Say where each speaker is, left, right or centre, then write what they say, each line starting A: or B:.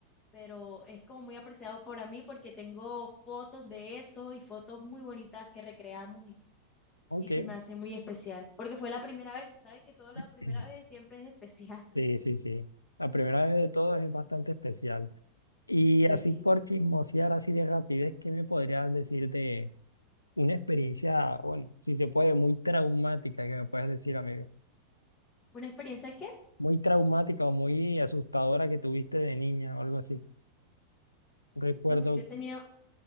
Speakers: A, on the left; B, on the left.
A: pero es como muy apreciado para mí porque tengo fotos de eso y fotos muy bonitas que recreamos y,
B: Ok.
A: y se me hace muy especial porque fue la primera vez, tú sabes que todo la
B: <clears throat>
A: primera vez siempre es especial. <laughs>
B: Sí, sí, sí. La primera vez de todo es bastante especial. Y
A: Sí,
B: así por chismosear, así de rapidez, ¿qué me podrías decir de una experiencia, bueno, si se puede, muy traumática, que me puedas decir, amiga?
A: una experiencia que,
B: Muy traumática o muy asustadora que tuviste de niña o algo así. Recuerdo,
A: uff, yo he tenido,